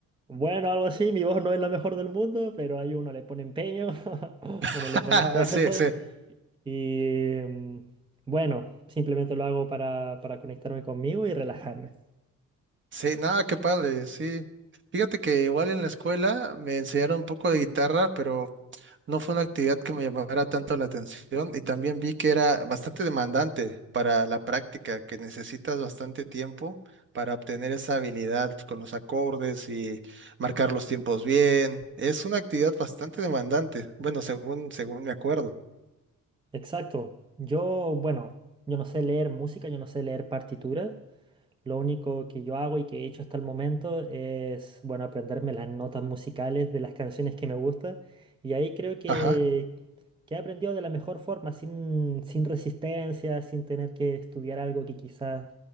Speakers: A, on the right (about 15°); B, on the right (about 35°).
A: Bueno, algo así, mi voz no es la mejor del mundo, pero ahí uno le pone empeño, <laughs> uno
B: <laughs>
A: le pone esfuerzo.
B: Sí, sí.
A: Y mm, bueno, simplemente lo hago para, para conectarme conmigo y relajarme.
B: Sí, nada, qué padre, sí. Fíjate que igual en la escuela me enseñaron un poco de guitarra, pero No fue una actividad que me llamara tanto la atención y también vi que era bastante demandante para la práctica, que necesitas bastante tiempo para obtener esa habilidad con los acordes y marcar los tiempos bien. Es una actividad bastante demandante, bueno, según, según me acuerdo.
A: Exacto. Yo, bueno, yo no sé leer música, yo no sé leer partituras. Lo único que yo hago y que he hecho hasta el momento es, bueno, aprenderme las notas musicales de las canciones que me gustan. Y ahí creo que,
B: Ajá.
A: que he aprendido de la mejor forma, sin, sin resistencia, sin tener que estudiar algo que quizás